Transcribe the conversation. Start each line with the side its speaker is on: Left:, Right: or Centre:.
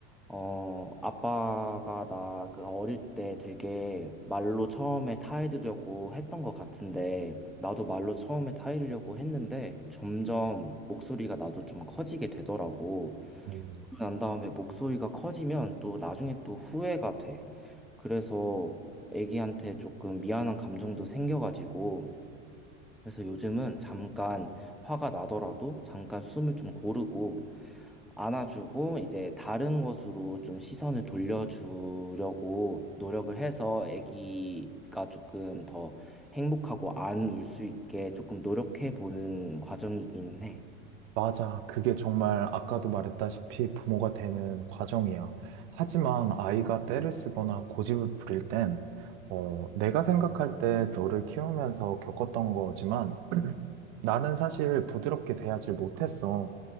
Centre: 어, 아빠가 나그 어릴 때 되게 말로 처음에 타이르려고 했던 것 같은데, 나도 말로 처음에 타이르려고 했는데, 점점 목소리가 나도 좀 커지게 되더라고.
Right: 음.
Centre: 난 다음에 목소리가 커지면 또 나중에 또 후회가 돼. 그래서 애기한테 조금 미안한 감정도 생겨가지고, 그래서 요즘은 잠깐 화가 나더라도 잠깐 숨을 좀 고르고, 안아주고 이제 다른 것으로 좀 시선을 돌려주려고 노력을 해서 아기가 조금 더 행복하고 안 울 수 있게 조금 노력해 보는 과정이긴 해.
Right: 맞아. 그게 정말 아까도 말했다시피 부모가 되는 과정이야. 하지만 아이가 떼를 쓰거나 고집을 부릴 땐, 어, 내가 생각할 때 너를 키우면서 겪었던 거지만 나는 사실 부드럽게 대하지 못했어.